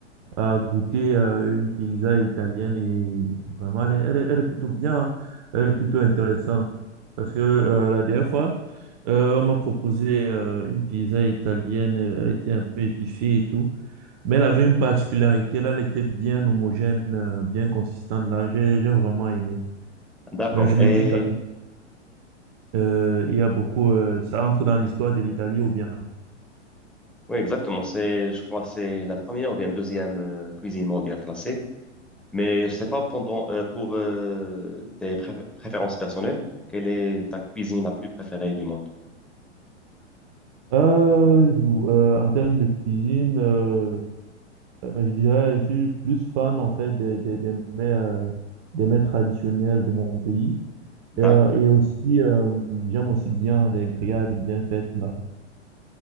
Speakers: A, on the right; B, in the centre.
A: à goûter euh, une pizza italienne et vraiment, elle est, elle est- elle est plutôt bien, hein. elle est plutôt intéressante. Parce que euh, la dernière fois, euh, on m'a proposé euh, une pizza italienne, euh, elle était un peu épicée et tout, mais elle avait une particularité, là, elle était bien homogène, euh, bien consistante, là, j'ai j'ai vraiment aimé.
B: D'accord.
A: Mais je
B: Et
A: me dis que Euh, il y a beaucoup, euh, ça entre dans l'histoire de l'Italie ou bien?
B: oui, exactement. C'est, je crois, que c'est la première ou bien deuxième euh, cuisine mondiale classée. Mais je sais pas pendant euh, pour euh, tes préf- préférences personnelles, quelle est ta cuisine la plus préférée du monde?
A: Euh, ou, euh, en termes de cuisine, euh, euh, je dirais, je suis plus fan en fait des, des, des mets, euh, des mets traditionnels de mon pays.
B: D'accord.
A: Et, euh, et aussi, euh, j'aime aussi bien les grillades bien faites là.